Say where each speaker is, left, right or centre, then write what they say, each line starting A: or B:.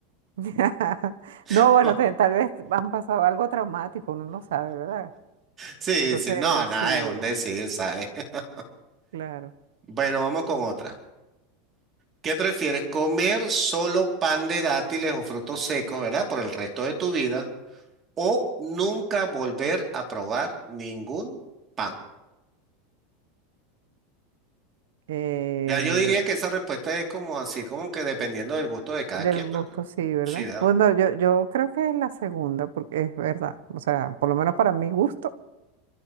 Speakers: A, on the right (about 80°); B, on the right (about 30°).
A: <laughs> No,
B: <laughs>
A: bueno, te- tal vez han pasado algo traumático, uno no sabe, ¿verdad?
B: Sí,
A: Entonces,
B: sí, no, nada,
A: sí,
B: es un decir, ¿sabes? <laughs>
A: claro.
B: Bueno, vamos con otra. ¿Qué prefieres, comer solo pan de dátiles o frutos secos, ¿verdad? Por el resto de tu vida, o nunca volver a probar ningún pan?
A: Eh,
B: Ya yo diría que esa respuesta es como así, como que dependiendo del gusto de cada
A: del
B: quien,
A: gusto,
B: pero
A: sí, ¿verdad?
B: sí, ¿verdad?
A: Bueno, yo, yo creo que es la segunda, porque es verdad. O sea, por lo menos para mi gusto.